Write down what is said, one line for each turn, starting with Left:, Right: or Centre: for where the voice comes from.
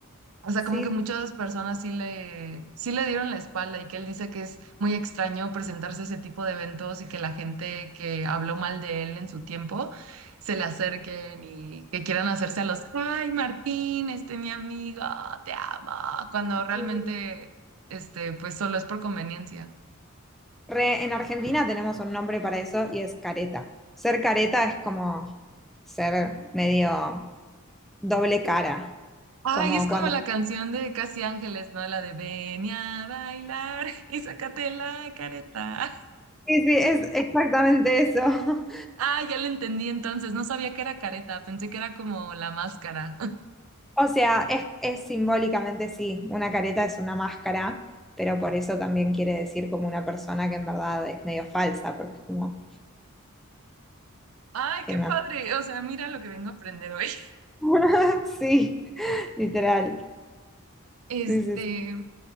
Right: O sea,
Centre: Sí,
Right: como que muchas personas sí le, sí le dieron la espalda y que él dice que es muy extraño presentarse a ese tipo de eventos y que la gente que habló mal de él en su tiempo se le acerquen y que quieran hacerse a los, ay, Martín, este mi amigo, te amo, cuando realmente,
Centre: Sí.
Right: este, pues solo es por conveniencia.
Centre: Re- en Argentina tenemos un nombre para eso y es careta. Ser careta es como ser medio doble cara,
Right: Ay,
Centre: como
Right: es como
Centre: cuando...
Right: la canción de Casi Ángeles, ¿no? La de Ven a bailar y sácate la careta.
Centre: Sí, sí, es exactamente eso. <laughs>
Right: Ah, ya lo entendí entonces. No sabía que era careta, pensé que era como la máscara. <laughs>
Centre: O sea, es, es simbólicamente sí, una careta es una máscara, pero por eso también quiere decir como una persona que en verdad es medio falsa, porque es como
Right: Ay,
Centre: tiene
Right: qué padre. O sea, mira lo que vengo a aprender hoy. <laughs>
Centre: una... <laughs> Sí, literal.
Right: Este,
Centre: Sí, sí,